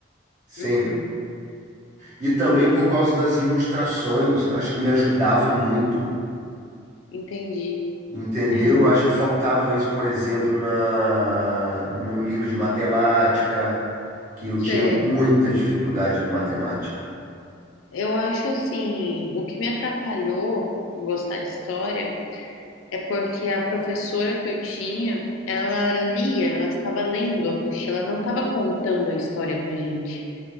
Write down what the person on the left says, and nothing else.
uhum.
Entendi.
É.
Sei.
Eu acho assim, o que me atrapalhou em gostar de história é porque a professora que eu tinha, ela lia, ela estava lendo a apostila, ela não estava contando a história pra gente.